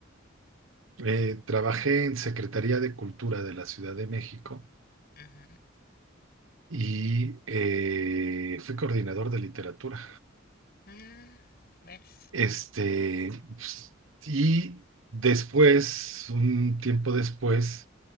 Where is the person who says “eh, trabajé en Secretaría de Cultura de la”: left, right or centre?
Right